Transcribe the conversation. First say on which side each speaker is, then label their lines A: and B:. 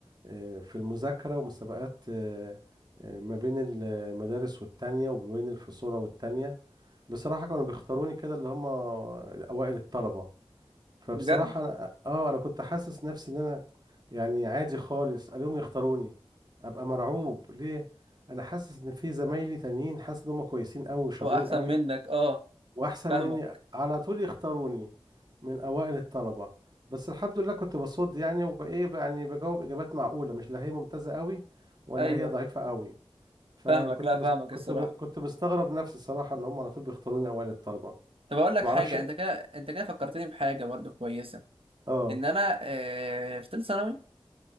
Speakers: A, on the right; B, on the right.
A: آه، في المذاكرة ومسابقات آه، آه، ما بين المدارس والتانية وما بين الفصول والتانية بصراحة كانوا بيختاروني كده اللي هم أوائل الطلبة فبصراحة
B: بجد
A: أنا- اه انا كنت حاسس نفسي ان انا يعني عادي خالص اليوم يختاروني ابقى مرعوب ليه انا حاسس ان في زمايلي تانيين حاسس ان هم كويسين قوي وشاطرين
B: هو احسن
A: قوي
B: منك اه
A: واحسن
B: فاهمك
A: مني على طول يختاروني من اوائل الطلبه بس الحمد لله كنت بصد يعني وبايه يعني بجاوب اجابات معقوله مش لا هي ممتازه قوي ولا
B: ايوه
A: هي ضعيفه قوي فكنت
B: فاهمك لا
A: مس...
B: فاهمك
A: كنت
B: الصراحه
A: م... كنت مستغرب نفسي الصراحه ان هم على طول بيختاروني اوائل الطلبه
B: طب اقول لك
A: ما
B: حاجه
A: اعرفش اه
B: انت كده انت كده فكرتني بحاجه برضو كويسه
A: اه
B: ان انا آه، في ثالثه ثانوي